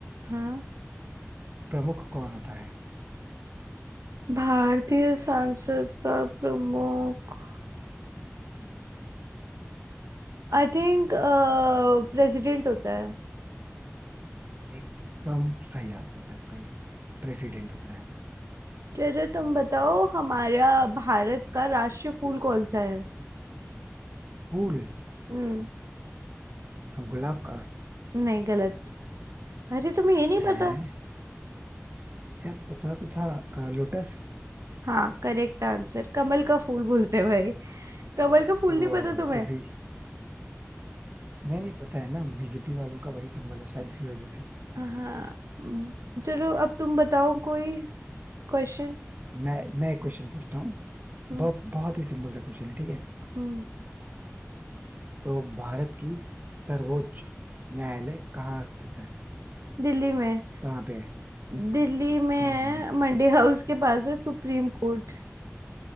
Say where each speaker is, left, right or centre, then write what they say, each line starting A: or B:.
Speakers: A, on the right; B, on the right.
A: हाँ
B: प्रमुख कौन होता है
A: भारतीय सांसद का प्रमुख आई थिंक प्रेसिडेंट होता है
B: एकदम सही आंसर है आपका ये प्रेसिडेंट होता है
A: चलो तुम बताओ हमारा भारत का राष्ट्रीय फूल कौन सा है
B: फूल
A: हम्म
B: हाँ, गुलाब का
A: नहीं गलत अरे तुम्हें ये नहीं
B: है
A: पता
B: यार पता तो था अ, लोटस
A: हाँ करेक्ट आंसर कमल का फूल बोलते हैं भाई कमल का फूल
B: तो
A: नहीं पता तुम्हें
B: तभी नहीं नहीं पता है ना बीजेपी वालों का वही सिंबल है शायद इसी वजह से
A: हाँ हम्म, चलो अब तुम बताओ कोई क्वेश्चन
B: मैं मैं एक क्वेश्चन पूछता हूँ
A: हम्म
B: बहुत बहुत ही सिंपल सा क्वेश्चन है ठीक है
A: हम्म,
B: तो भारत की सर्वोच्च न्यायालय कहाँ स्थित है
A: दिल्ली में
B: कहाँ पे है
A: दिल्ली में है
B: हाँ
A: मंडी हाउस के पास है सुप्रीम कोर्ट